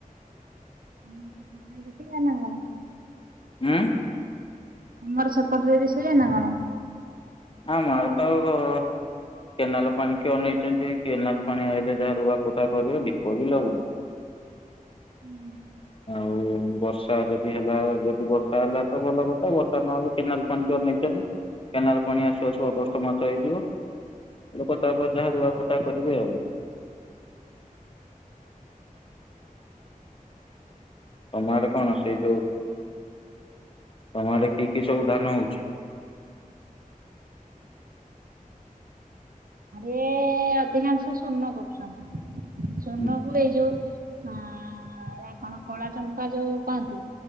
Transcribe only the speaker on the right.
ଉଁ ସୁକୁଟିର ଦେଖିଲାଣି ନା କଣ।
ଆମର ସେ ପଟରେ ବି ସେଇଆ ନା କଣ।
ହୁଁ ହୁଁ।
ଇଏ ଅଧିକାଂଶ ସ୍ୱର୍ଣ୍ଣ କରୁଛନ୍ତି ସ୍ୱର୍ଣ୍ଣ
କୁ ଏଇ ଯୋଉ ହଁ ଏରା କଣ କଳା ଚମ୍ପା ଯୋଉ କହନ୍ତି।